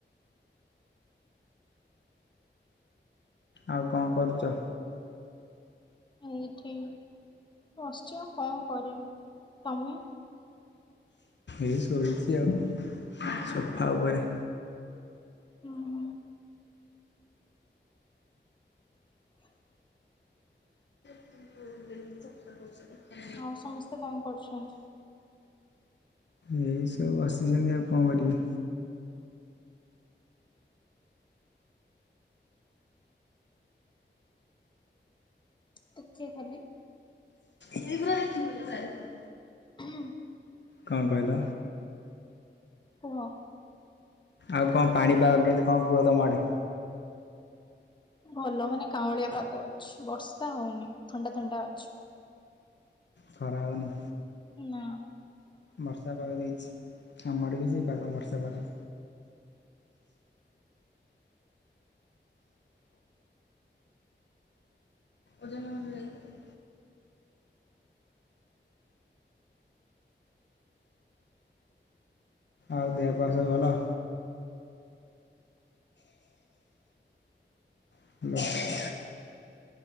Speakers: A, on the left (about 65°); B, on the left (about 25°).
A: ଆଉ କଣ କରୁଚ?
B: ଏଇଠି ବଶଚି ଆଉ କଣ କରିବି ତମେ?
A: ଏଇସୋଇଚି ଆଉ ସୋଫା ଉପରେ।
B: ହୁଁ ହୁଁ। <inaudible>
A: <unintelligible>
B: ଆଉ ସମସ୍ତେ କଣ କରୁଛନ୍ତି?
A: ଏଇ ସବୁ ବସିଛନ୍ତି ଆଉ କଣ କରିବେ।
B: ଟିକିଏ ଖାଲି।
A: <unintelligible>
B: ହାଲୋ
A: କଣ କହିଲ?
B: କୁହ।
A: ଆଉ କଣ ପାଣିପାଗ କେମିତି କଣ କୁହ ତମ ଆଡ଼େ?
B: ଭଲ ମାନେ କାଉଁଳିଆ ପାଗ ଅଛି ବର୍ଷା ହଉନି ଥଣ୍ଡା ଥଣ୍ଡା ଅଛି ପାଗ।
A: ଖରା ହଉନି?
B: ନାଁ।
A: ବର୍ଷା ପାଗ ଦେଇଛି ଆମ ଆଡ଼େବି ସେଇ ପାଗ ବର୍ଷା ପାଗ। ଓଜନ ହଉନୁ ଯାଇକି। ଆଉ ଦେହ ପା ସବୁ ଭଲ? <inaudible>